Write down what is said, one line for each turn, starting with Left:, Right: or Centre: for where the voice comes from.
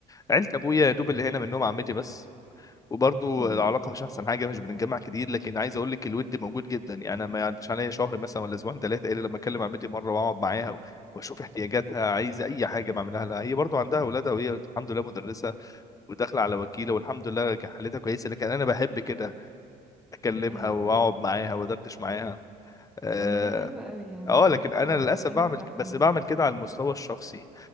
Left: عيلة ابويا يا دوب اللي هنا منهم عمتي بس وبرضه
Centre: امم
Left: العلاقه مش احسن حاجه مش بنتجمع كتير لكن عايز اقول لك الود موجود جدا يعني انا ما يعديش عليا شهر مثلا ولا اسبوعين ثلاثه الا لما اكلم عمتي مره واقعد معاها واشوف احتياجاتها عايزه اي حاجه بعملها لها هي برضه عندها اولادها وهي الحمد لله مدرسه وداخله على وكيله والحمد لله حالتها كويسه لكن انا بحب كده اكلمها
Centre: ايوه
Left: واقعد معاها وادردش معاها اه
Centre: طب ما ده حلو قوي يعني
Left: آه،
Centre: ده
Left: لكن
Centre: حتى
Left: انا للاسف
Centre: صلة
Left: بعمل
Centre: رحم
Left: بس
Centre: وحاجات
Left: بعمل كده
Centre: كتير
Left: على المستوى الشخصي